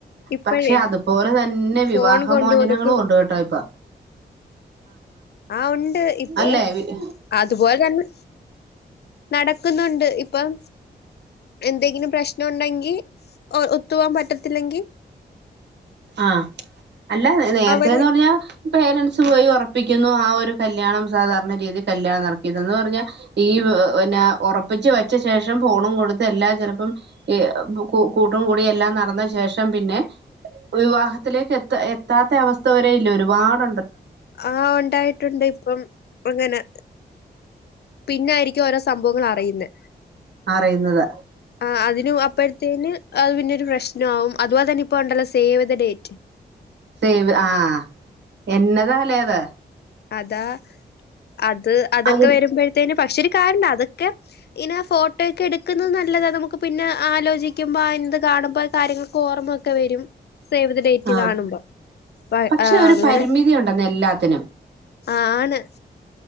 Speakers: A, on the left (about 65°); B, on the right (about 75°).
A: ഇപ്പഴേ
B: പക്ഷെ അതുപോലെ തന്നെ
A: ഫോൺ
B: വിവാഹമോചനങ്ങളും
A: കൊണ്ട് കൊടുക്കും
B: കൊണ്ട് കേട്ടോ ഇപ്പോ
A: ആ ഉണ്ട് ഇപ്പൊ
B: അല്ലേ
A: അതുപോലെ തന്നെ നടക്കുന്നുണ്ട് ഇപ്പം എന്തെങ്കിലും പ്രശ്നം ഉണ്ടെങ്കിൽ ഒ ഒത്തുവാൻ പറ്റത്തില്ലെങ്കിൽ
B: ആ അല്ല നേരത്തെേന്ന്
A: അവര്
B: പറഞ്ഞാൽ പേരന്റ്സ് പോയി ഉറ പ്പിക്കുന്നു ആ ഒരു കല്യാണം സാധാരണ രീതി കല്യാണം നടത്തിയത് അന്ന് പറഞ്ഞാൽ ഈ പിന്നെ ഉറപ്പിച്ച് വച്ച ശേഷം ഫോണും കൊടുത്ത് എല്ലാം ചിലപ്പോം ഏ കൂട്ടും കൂടി എല്ലാം നടന്ന ശേഷം പിന്നെ വിവാഹത്തിലേക്ക് എത്ത എത്താത്ത അവസ്ഥ വരെ ഇല്ല ഒരുപാടു
A: ആ ഉണ്ടായിട്ടുണ്ട് ഇപ്പം അങ്ങനെ പിന്നൊയിരിക്കും ഓരോ സംഭവങ്ങൾ അറിയുന്നത്
B: പറയുന്നത്
A: ആ അതിന് അപ്പഴത്തേന് അത് പിന്ന പ്രശ്നാവും അതുപോലെ തന്നെ ഇപ്പ ഉണ്ടല്ലോ സേവ് ദ ഡേറ്റ്
B: സേവ് ആഎന്നതാലേ അത്
A: അതാ അത് അതൊക്കെ
B: അത്
A: വരുമ്പോഴത്തേനും പക്ഷെ ഒരു കാര്ണ്ട് അതൊക്കെ പിന്നെ ഫോട്ടോ ഒക്കെ എടുക്കുന്നത് നല്ലതാണ് നമുക്ക് പിന്നെ ആലോചിക്കുമ്പോ ന്ത് കാണുമ്പോൾ കാര്യങ്ങൾക്ക് ഓർമ്മൊക്കെ വരും സേവ് ദ ഡേറ്റ്
B: ആഹ്
A: കാണുമ്പോ അ
B: പക്ഷെ ഒരു
A: അങ്ങനെ
B: പരിമിതി ഉണ്ടെന്ന് എല്ലാത്തിനും
A: ആണ്